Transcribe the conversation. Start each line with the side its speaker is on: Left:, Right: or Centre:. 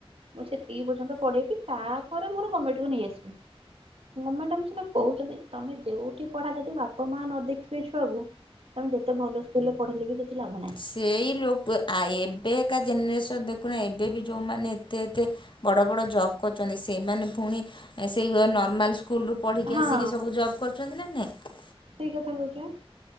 Right: ମୁଁ ସେତିକି ପର୍ଯ୍ୟନ୍ତ ପଢେଇବି ତାପରେ ମୋର ଗର୍ମେଣ୍ଟକୁ ନେଇ ଆସିବି। ଗମେଣ୍ଟ ଆମେ ସିନା କହୁଛନ୍ତି ତମେ ଯୋଉଠି ପଢ଼ା ଯଦି ବାପା ମାଆ ନ ଦେଖିବେ ଛୁଆକୁ ତମେ ଯେତେ ଭଲ ସ୍କୁଲରେ ପଢ଼େଇଲେ ବି କିଛି ଲାଭ ନାହିଁ।
Left: ସେଇ ଲୋକ ଆ ଏବେ କା ଜେନେରେସନ୍ ଦେଖୁନା ଏବେ ବି ଯୋଉମାନେ ଏତେ ଏତେ ବଡ଼ ବଡ଼ ଜବ୍ କରୁଚନ୍ତି ସେଇମାନେ ପୁଣି ସେଇ ନର୍ମାଲ ସ୍କୁ ସ୍କୁଲରୁ ପଢ଼ିକି
Right: ହଁ
Left: ଆସିକି ସବୁ ଜବ୍ କରୁଚନ୍ତି ନା ନାଇଁ।
Right: ସେଇ କଥା କହୁଚି ପା।